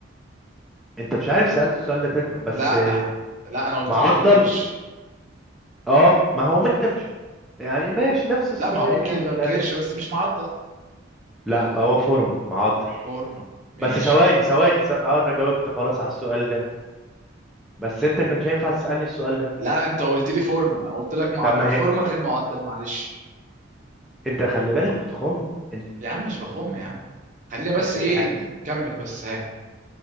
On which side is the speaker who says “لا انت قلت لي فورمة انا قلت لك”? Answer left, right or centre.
Right